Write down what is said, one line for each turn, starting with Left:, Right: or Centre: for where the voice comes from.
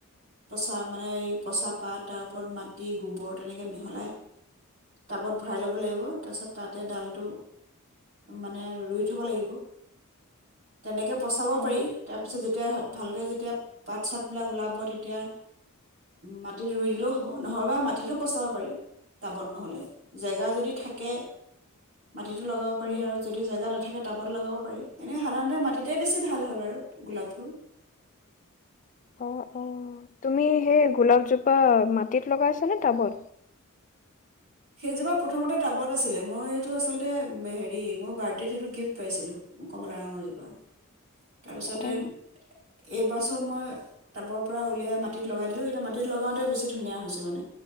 Right: পচা মানে এই পচা পাত, তাৰ ওপৰত মাটি, গোবৰ তেনেকৈ মিহলাই টাবত ভৰাই ল'ব লাগিব। তাৰপিছত তাতে ডালটো মানে ৰুই থ'ব লাগিব তেনেকে পচা পাৰি,
Left: অ'
Right: তাৰ পিছত যেতিয়া হাত ভালকে যেতিয়া পাত চাতবিলাক ওলাব তেতিয়া মাটিত ৰুই দিলেও হব। নহ'বা মাটিতো পচাব পাৰি টাবত নহলে, জেগা যদি থাকে মাটিটো লগাব পাৰি,
Left: উম।
Right: আৰু যদি জেগা নাথাকে টাবত লগাব পাৰি, এনে সাধাৰণতে মাটিতে বেছি ভাল হয়। গোলাপ ফুল।
Left: অ', অ', তুমি সেই গোলাপজোপা মাটিত লগাইছা নে টাবত?
Right: সেইজোপা প্ৰথমতে টাবত আছিলে, মই এইটো আচলতে হেৰি মোৰ বাডদেত সেইটো গিফ্ট পাইছিলোঁ কমলা ৰঙৰজোপা। তাৰপিছতে
Left: অ
Right: এইবছৰ মই টাবত পৰা উলিয়াই মাটিত লগাই দিলোঁ, এতিয়া মাটিত লগাওঁতে বেছি ধুনীয়া হৈছে মানে